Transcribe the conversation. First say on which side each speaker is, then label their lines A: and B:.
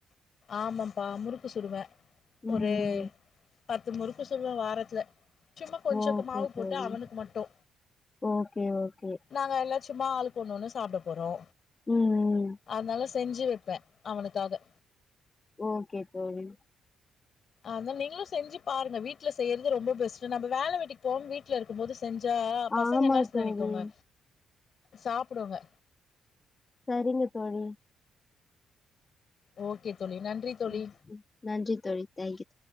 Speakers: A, on the left; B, on the left.
A: ஆமம்பா முறுக்கு சுடுவே
B: ம்
A: ஒரு
B: ம்
A: பத்து முறுக்கு சுட்லா வா ரத்ல சும்மா கொஞ்ச
B: ஓகே
A: க மாவு போட்டு
B: தோழி
A: அவனுக்கு மட்டு
B: ஓகே ஓகே
A: நாங்க எல்லாத் சும்மா ஆளுக்கொன்னொன்னு சாப்ட போறோ
B: ம் ம்
A: அத்னால செஞ்சு வப்பே அவனுக்காக
B: ஓகே தோழி
A: அதா நீங்ளு செஞ்சு பாருங்க வீட்ல செய்யறது ரொம்ப பெஸ்ட்டு நம்ப வேல வெட்டிக் போவாம் வீட்லருக்கும் போது செஞ்சா பசங்க
B: ஆமா
A: என்னாஸ்
B: தோழி
A: நெனைக்குங்க சாப்புடுங்க
B: சரிங்க தோழி
A: ஓகே தோழி நன்றி தோழி
B: ம் நன்றி தோழி தேங்க்யூ